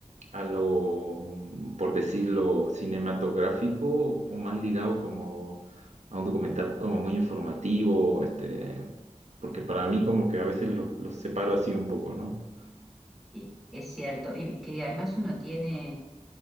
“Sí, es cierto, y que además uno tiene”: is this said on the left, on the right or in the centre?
Centre